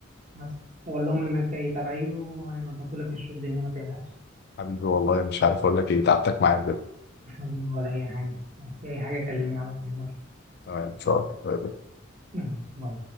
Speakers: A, on the right; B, on the left.
A: بس وأقول لهم إنك جاي تبعي وهيظبطوا لك الش- الدنيا ما تقلقش
B: حبيبي والله مش عارف اقول لك ايه تعبتك معايا بجد
A: <laughs> مش هجيب ولا أي حاجة في أي حاجة كلمني على طول مرة
B: تمام ان شاء الله
A: ماشي باي